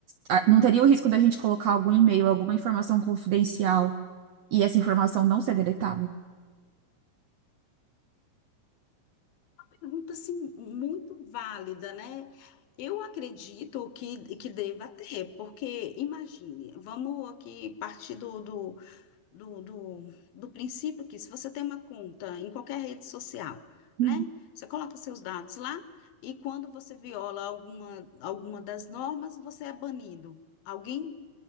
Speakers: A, on the right; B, on the left.
A: a- não teria o risco da gente colocar algum e-mail, alguma informação confidencial e essa informação não ser deletada?
B: pergunta assim, muito válida, né? Eu acredito que, que deva ter, porque imagine, vamos aqui partir do, do, do, do, do princípio que se você tem uma conta em qualquer rede social,
A: Uhum.
B: né? Você coloca seus dados lá e quando você viola alguma, alguma das normas, você é banido. Alguém